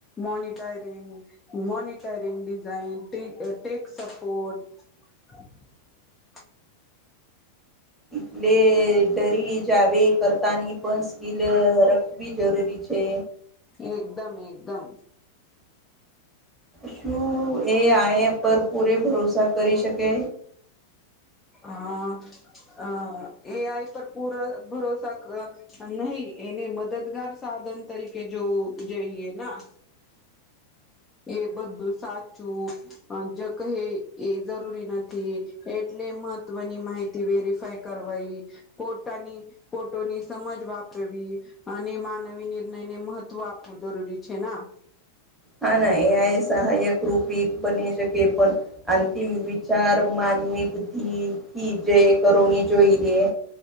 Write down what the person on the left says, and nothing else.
મોનિટરિંગ મોનિટરિંગ ડિઝાઇન ટે ટેક સપોર્ટ. હા
એકદમ એકદમ.
અ અ એ આઈ પર પૂરો ભરોસા નહીં એને મદદગાર સાધન તરીકે જોવું જોઈએ ના. એ બધું સાચું અ જ કહે એ જરૂરી નથી. એટલે મહત્વની માહિતી વેરીફાય કરવાઈ, પોતાની ફોટોની સમજ વાપરવી. અને માનવી નિર્ણયને મહત્વ આપવું જરૂરી છે ના.